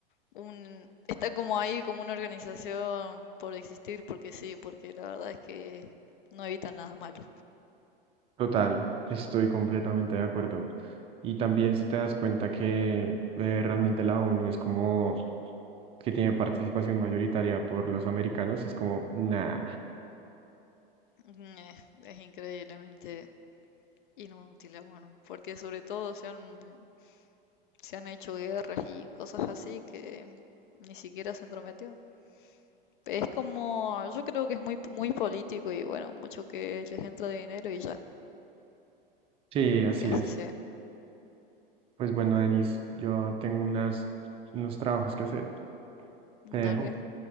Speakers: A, on the left; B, on the right.
A: un, está como ahí como una organización por existir, porque sí, porque la verdad es que no evita nada malo.
B: Total, estoy completamente de acuerdo. Y también si te das cuenta que eh, realmente la ONU es como que tiene participación mayoritaria por los americanos, es como, nah.
A: Eh, es increíblemente inútil, eh, bueno, porque sobre todo se han, se han hecho guerras y cosas así que ni siquiera se entrometió. Es como, yo creo que es muy, muy político y bueno, mucho que les entra de dinero y ya,
B: Sí, así
A: que así
B: es.
A: sea.
B: Pues bueno, Denis, yo tengo unas, unos trabajos que hacer. Te dejo.
A: Dale,